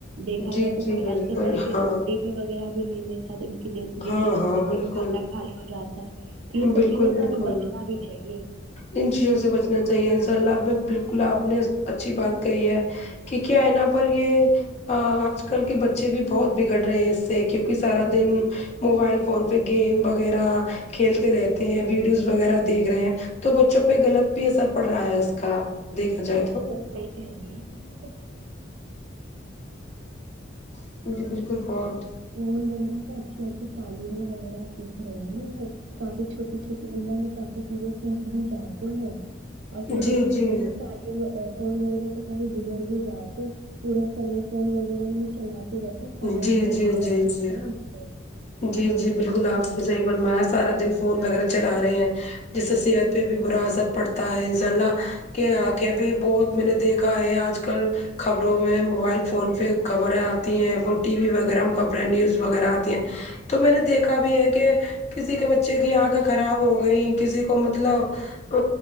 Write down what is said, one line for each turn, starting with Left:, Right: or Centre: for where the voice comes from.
Right: دیکھا
Left: جی
Right: جائے تو
Left: جی
Right: کوئی
Left: بالکل
Right: ایسے کر
Left: ہاں
Right: کے اگتے وغیرہ بھی لے لیتا تو کی جس
Left: ہاں
Right: کی وجہ
Left: ہاں
Right: سے ان
Left: بالکل
Right: کا کھاتہ خالی ہو جاتا ہے تو یہ سب
Left: بالکل
Right: چیزیں تو
Left: بالکل
Right: ہمیں بچنا بھی چاہیے
Left: ان چیزوں سے بچنا چاہیے ان شاء اللہ ا بالکل آپ نے اچھی بات کہی ہے کہ کیا ہیں نا پر یہ ا آج کل کے بچے بھی بہت بگڑ رہے ہیں اس سے کیونکہ سارا دن موبائل فون پہ گیم وغیرہ کھیلتے رہتے ہیں ویڈیوز وغیرہ دیکھ رہے ہیں تو بچوں پہ غلط بھی اثر پڑ رہا ہے اس کا دیکھا جائے
Right: بالکل صحیح کہا رہی ہیں
Left: تو جی بالکل بہت
Right: فون وغیرہ کا اچھی اچھی تعلیم وغیرہ سیکھ رہے ہیں کافی چھوٹی چھوٹی عمر میں کافی چیزیں سیکھ بھی جاتے ہیں اور کئی
Left: جی
Right: بچوں
Left: جی
Right: کو دیکھ تالی فون وغیرہ تو کافی بیگڑ بھی جاتے پورا س میں فون وغیرہ نہیں چلاتے رہتا ہے سمے
Left: جی
Right: بھی بہت
Left: جی
Right: دیر
Left: جی
Right: ہوتا
Left: جی
Right: ہے اس سے
Left: جی جی بالکل آپ نے صحیح فرمایا سارا دن فون وغیرہ چلا رہے ہیں جس سے صحت پہ بھی برا اثر پڑتا ہے انشاء اللہ کہ آنکھیں بھی بہت میں نے دیکھا ہے آج کل خبروں میں موبائل فون پہ خبریں آتی ہیں ٹی وی وغیرہ خبریں نیوز وغیرہ آتی ہیں تو میں نے دیکھا بھی ہے کہ کسی کے بچے کی آنکھیں خراب ہو گئیں کسی کو مطلب ا